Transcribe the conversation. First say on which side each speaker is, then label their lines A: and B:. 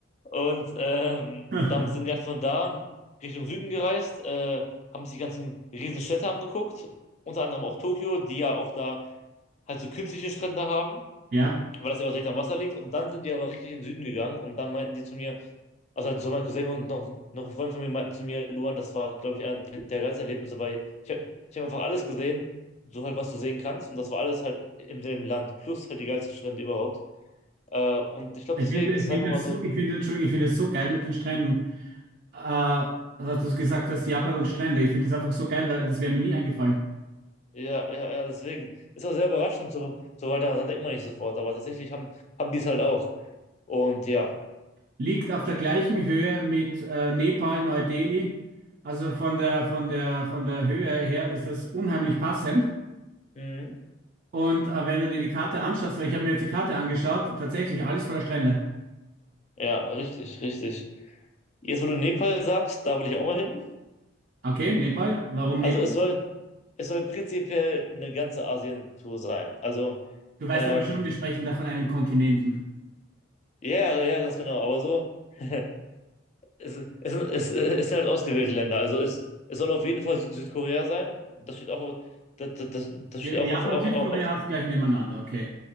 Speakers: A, on the left; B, on the right.
A: Und ähm,
B: <laughs>
A: dann sind wir halt von da Richtung Süden gereist, äh, haben sich die ganzen Riesenstädte angeguckt, unter anderem auch Tokio, die ja auch da halt so künstliche Strände haben,
B: Ja.
A: weil das ja auch direkt am Wasser liegt. Und dann sind die aber richtig in den Süden gegangen und dann meinten die zu mir, Also halt so mein Cousin und noch, noch ein Freund von mir meinten zu mir, Luan, das war, glaube ich, einer der, der geilsten Erlebnisse, weil ich, hab- ich habe einfach alles gesehen, so halt, was du sehen kannst, und das war alles halt im selben Land, plus halt die geilste Strände überhaupt. Äh, und ich glaube,
B: Ich
A: deswegen
B: finde, ich
A: ist es
B: finde
A: einfach mal
B: es
A: so
B: so,
A: ein,
B: ich finde, Entschuldigung, ich finde es so geil mit den Stränden. Äh, dass du gesagt hast, Japan und Strände. Ich finde das einfach so geil, weil das wäre mir nie eingefallen.
A: ja, ja, ja, deswegen. Ist auch sehr überraschend, so, so weil daran denkt man nicht sofort, aber tatsächlich haben, haben die es halt auch. Und ja,
B: Liegt auf der gleichen Höhe mit äh, Nepal, Neu-Delhi. Also von der, von der, von der Höhe her ist das unheimlich passend.
A: mhm,
B: Und äh, wenn du dir die Karte anschaust, weil ich habe mir jetzt die Karte angeschaut, tatsächlich alles voller Strände.
A: ja, richtig, richtig. Jetzt, wo du Nepal sagst, da will ich auch mal hin.
B: Okay, Nepal. Warum
A: Also
B: Nepal?
A: es soll es soll prinzipiell eine ganze Asien-Tour sein. Also,
B: Du weißt
A: ähm,
B: aber schon, wir sprechen da von einem Kontinenten.
A: ja, ja, ja, ganz genau. Aber so, <laughs> es, es, es, es sind halt ausgewählte Länder. Also, es, es soll auf jeden Fall Süd- Südkorea sein. Das steht auch, auf- das, das, das das
B: Ja,
A: steht
B: Japan,
A: auch auf, auf,
B: Südkorea
A: auf,
B: hast gleich nebeneinander. Okay.